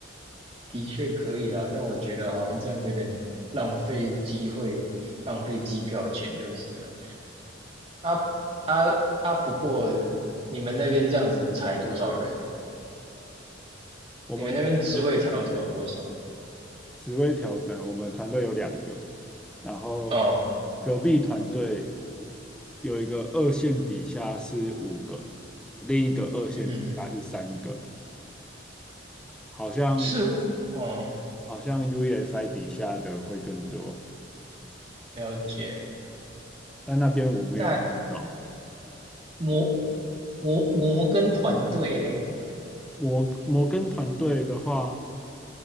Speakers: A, on the right; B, in the centre.
A: 的确可以啦，但我觉得好像这样有点浪费机会，浪费机票钱就是了。啊啊啊！不过你们那边这样子裁多少人？
B: 我们团队
A: 你们那边职位调整有多少？
B: 职位调整，我们团队有两个，然后
A: 哦，
B: 隔壁团队有一个二线底下是五个，另一个二线底下是三个，
A: 嗯，
B: 好像
A: 是，哦，
B: 好像 UEFI 底下的会更多，
A: 了解。
B: 但那边我没有遇到。
A: 那摩摩摩根团队嘞，
B: 我我跟团队的话。